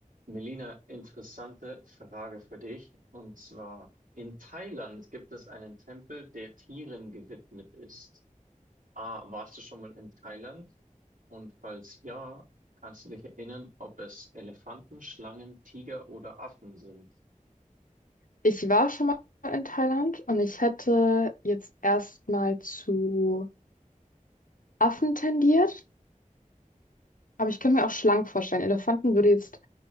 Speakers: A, on the right; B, on the left.
A: Melina, interessante Frage für dich. Und zwar, in Thailand gibt es einen Tempel, der Tieren gewidmet ist. A, warst du schon mal in Thailand? Und falls ja, kannst du dich erinnern, ob es Elefanten, Schlangen, Tiger oder Affen sind?
B: Ich war schon mal in Thailand und ich hätte jetzt erstmal zu Affen tendiert, aber ich könnte mir auch Schlangen vorstellen. Elefanten würde jetzt